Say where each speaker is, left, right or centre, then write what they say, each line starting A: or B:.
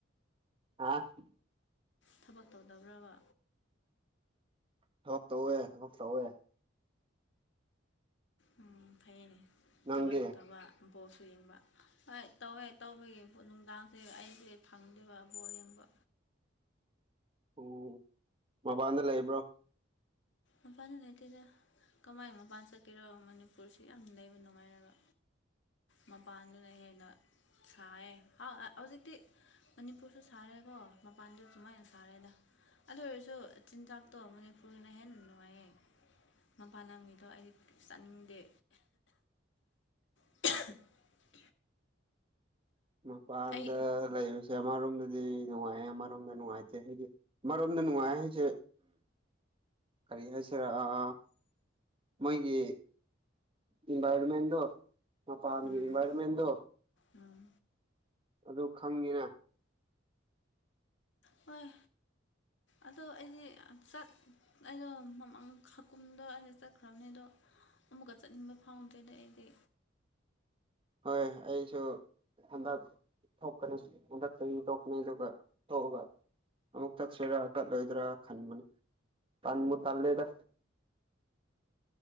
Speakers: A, on the right; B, on the left.
A: ꯑ
B: ꯊꯕꯛ ꯇꯧꯗꯕ꯭ꯔꯕ
A: ꯊꯞꯛꯇ ꯑꯣꯏꯋꯦ ꯊꯞ ꯇ ꯑꯣꯏꯋꯦ
B: ꯎꯝ ꯐꯩꯅꯦ
A: ꯅꯪꯗꯤ
B: ꯊꯕꯛ ꯁꯨ ꯇꯕ ꯕꯣꯜꯁꯨ ꯌꯦꯡꯕ ꯍꯣꯏ ꯇꯧꯋꯦ ꯇꯧꯕꯒꯤ ꯅꯨꯡꯗꯥꯡꯁꯦ ꯑꯩꯁꯦ ꯐꯪꯗꯦꯕ ꯕꯣꯜ ꯌꯦꯡꯕ
A: ꯑꯣ ꯃꯄꯥꯟꯗ ꯂꯩꯕ꯭ꯔꯣ
B: ꯑ ꯐꯅ ꯅꯦꯠꯇꯦꯗ ꯀꯃꯥꯏ ꯃꯄꯥꯟ ꯆꯠꯀꯔꯣ ꯃꯅꯤꯄꯨꯔꯁꯤ ꯌꯥꯝ ꯂꯩꯕ ꯅꯨꯡꯉꯥꯏꯔꯒ ꯃꯄꯥꯟꯗꯨꯅ ꯍꯦꯟꯅ ꯁꯥꯏ ꯍꯧꯖꯤꯛꯇꯤ ꯃꯅꯤꯄꯨꯔꯁꯨ ꯁꯥꯔꯦꯀꯣ ꯃꯄꯥꯟꯗꯦꯁꯃ ꯁꯥꯔꯦꯗ ꯑꯗꯨ ꯑꯣꯏꯔꯁꯨ ꯆꯤꯟꯖꯥꯛꯇꯣ ꯃꯅꯤꯄꯨꯔꯅ ꯍꯦꯟꯅ ꯉꯥꯏ ꯃꯄꯥꯟ ꯂꯝꯒꯤꯗꯣ ꯑꯩꯗꯤ ꯆꯥꯅꯤꯡꯗꯦ <inaudible>
A: ꯃꯄꯥꯟꯗ
B: ꯑꯩ
A: ꯂꯩꯕꯁꯦ ꯑꯃꯔꯣꯝꯗꯗꯤ ꯑꯗꯨꯗꯤ ꯅꯨꯡꯉꯥꯏꯌꯦ ꯑꯃꯣꯝꯗ ꯅꯨꯡꯉꯥꯏꯇꯦ ꯍꯥꯏꯗꯤ ꯑꯃꯣꯝꯗ ꯅꯨꯡꯉꯥꯏ ꯍꯥꯏꯁꯦ ꯀꯅꯁꯔ ꯑꯥ ꯃꯣꯏꯒꯤ ꯏꯟꯚꯥꯏꯔꯣꯟꯃꯦꯟꯗꯣ ꯑ ꯄꯥꯥꯟꯕꯤ
B: ꯎꯝ
A: ꯃꯔꯔꯃꯦꯟꯗꯣ
B: ꯎꯝ
A: ꯑꯗꯨ ꯈꯪꯉꯤꯅ
B: ꯍꯣꯏ ꯑꯗꯣ ꯑꯩꯗꯤ ꯆꯠ ꯑꯩꯗꯣ ꯃꯃꯥꯡ ꯍꯥꯀꯨꯝꯗꯣ ꯑꯩꯅ ꯆꯠꯈ꯭ꯔꯕꯅꯦ ꯑꯗꯣ ꯑꯃꯨꯛꯀ ꯆꯠꯅꯤꯡꯕ ꯐꯥꯎꯗ꯭ꯔꯦꯅꯦ ꯑꯩꯗꯤ
A: ꯍꯣꯏ ꯑꯩꯁꯨ ꯍꯟꯗꯛ ꯊꯣꯛꯀꯅꯤ ꯍꯟꯗꯛꯇꯒꯤ ꯊꯣꯛꯀꯅꯤ ꯑꯗꯨꯒ ꯊꯣꯛꯑꯒ ꯑꯃꯨꯛꯛꯇꯥꯛ ꯁꯦꯔ ꯇ ꯂꯣꯏꯗꯔ ꯈꯥꯟ ꯃ ꯇꯥꯟ ꯃ ꯇꯂꯦꯗ